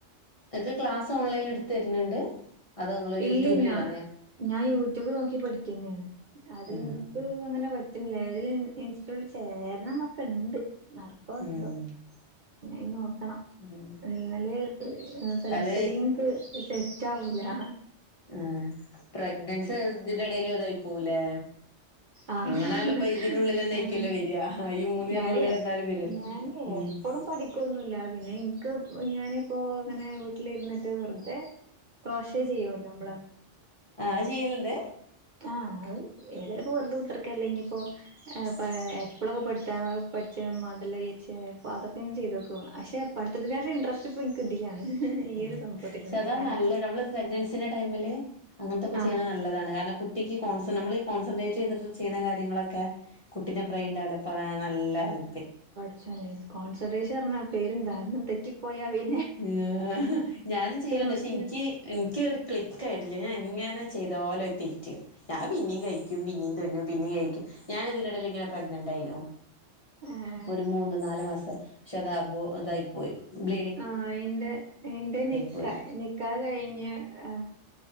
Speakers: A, on the left; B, on the right.
A: ഇങ്ങക്ക് ക്ലാസ് ഓൺലൈനിൽ ഇടുത്ത് തര്ണ് ണ്ട് അതോ ഇങ്ങള്
B: ഇല്ല
A: യൂട്യൂബില്
B: ഞാ
A: കാണെ
B: ഞാൻ യൂട്യൂബ് നോക്കി പഠിക്കന്നെണ് അത്
A: ആഹ്
B: ഇൻക് അങ്ങനെ പ ഇല്ലേ അതില് ഇൻക്കും ചേരണംന്നൊക്കെ ഇണ്ട് നടക്കോ എന്ധോ
A: ഉം
B: ന്നെ അയിന് നോക്കണം
A: ഉം
B: ഇങ്ങള് ആ സെൽഫ്
A: തല
B: സ്റ്റഡി ഇങ്ങക്ക് സെറ്റ് ആവൂലാ
A: ആ പ്രഗ്നൻസി ഇതിന്റെ എടേല് ഇതായിപ്പോകുംലെ
B: ആഹ്
A: എങ്ങനായാലും പ്പൊ ഈ ഇതിന്റുള്ളിലെന്നെയിരിക്കോലോ
B: അതെ
A: വെരാ ഹാ ഈ മൂന്ന് ഇയർന്റുള്ളിലെന്തായാലും
B: ഞാന്
A: വെരോല്ലോ
B: ഞാന്
A: ഹ് മ്
B: എപ്പളും പഠിക്കൊന്നുല്ല പിന്നെ ഇൻക് ഞാനിപ്പോ ഇങ്ങനെ വീട്ടിലിരുന്ന്ട്ട് വെർതെ ക്രോഷേ ചെയ്യോലോ മ്മള്
A: ആ.. അയ്ചെയ്യല്ണ്ട്?
B: ആ അഹ് ഏതായാലുംപ്പൊ വെർതെ കുത്ത്ർക്കല്ലെ ഇഞ്ഞ്പ്പൊ ആഹ് പ എപ്പളുപ്പൊ പഠിക്കാ പഠിച്ചൊന്നും മാണ്ടല്ലോ വിചാരിച്ച് ഞാനിപ്പോ അതൊക്കെങ്ങനെ ചെയ്തോക്കും അശെ പഠിത്തത്തിനെക്കാട്ടിലും ഇന്ട്രെസ്റ്റ് ഇപ്പൊ ഇൻക് ഇതിലാണ് ഈ
A: ഉം
B: ഒരു സംഭവത്തിൽ
A: പക്ഷെ
B: ഉണ്ടാക്കാനാണ്
A: അതാ നല്ലെത് നമ്മൾ പ്രേഗ്നെൻസി ന്റെ ടൈമില് അങ്ങനത്തൊക്കെ ചെയ്യണത്
B: ആഹ്
A: നല്ലതാണ് കാരണം കുട്ടിക്ക് കോൺസെ നമ്മൾ ഈ കോൺസൻട്രേറ്റ് ചെയ്തിട്ട് ചെയ്യുന്ന കാര്യങ്ങളൊക്കെ കുട്ടിന്റെ ബ്രെയിൻ ഡെവലപ്പാവാൻ നല്ല ഹെൽ
B: പഠിച്ചണെ കോൺസെൻഡ്രെഷൻ ന്നറഞ്ഞ പെരുംധാ ഒന്ന് തെറ്റിപ്പോയ വെ
A: ഉം ഞാനും ചെയ്യലണ്ട്
B: നോക്കി
A: പക്ഷെ ഇൻക്ക് ഇൻക്ക്ങ്ങട് ക്ലിക്ക് ആയിട്ടില്ല ഞാൻ എൻ- ങ്ങനെ ചെയ്തോലും അത് തെറ്റാണ് ഞാൻ പിന്നീം കഴിക്കും പിന്നീം തുന്നും പിന്നീം അഴിക്കും ഞാൻ ഇതിന്റെടേൽ ഇങ്ങനെ പ്ര പ്രെഗ്നന്റ് ആയീന്നു.
B: ആഹ്
A: ഇപ്പൊര് മൂന്ന് നാല് മാസായി. പക്ഷെ അത് അബോ ഇതായിപ്പോയി. ബ്ലീ-
B: ആ എന്റെ ന്റെ നിക്ക
A: പോയി
B: നിക്കാഹ്‌ കഴിഞ്ഞ ആ